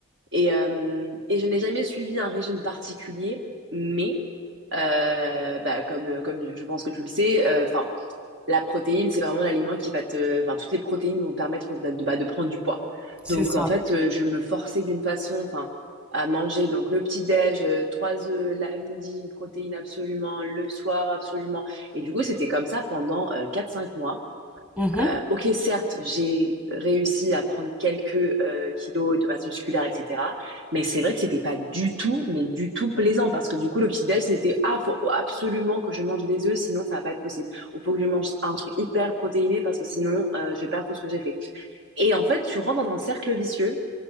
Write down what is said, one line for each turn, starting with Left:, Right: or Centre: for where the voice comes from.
Right: Et, euh, et je n'ai jamais suivi un régime particulier. Mais, euh, bah, comme, comme je pense que tu le sais, euh, enfin, la protéine, c'est vraiment l'aliment qui va te... Enfin, toutes les protéines vont te permettre de, de- bah, de prendre du poids.
Centre: c'est
Right: Donc,
Centre: ça.
Right: en fait, euh, je me forçais d'une façon, enfin, à manger donc le petit-déj, euh, trois œufs, la midi, une protéine absolument, le soir absolument. Et du coup, c'était comme ça pendant euh, 4-5 mois.
Centre: Mhm.
Right: Euh, ok, certes, j'ai réussi à prendre quelques euh, kilos de masse musculaire, etc. Mais c'est vrai que c'était pas du tout, mais du tout plaisant parce que du coup, le petit déj, c'était ah, faut absolument que je mange des œufs, sinon ça va pas être possible. Ou faut que je mange un truc hyper protéiné parce que sinon euh, je vais perdre tout ce que j'ai fait. Et en fait, tu rentres dans un cercle vicieux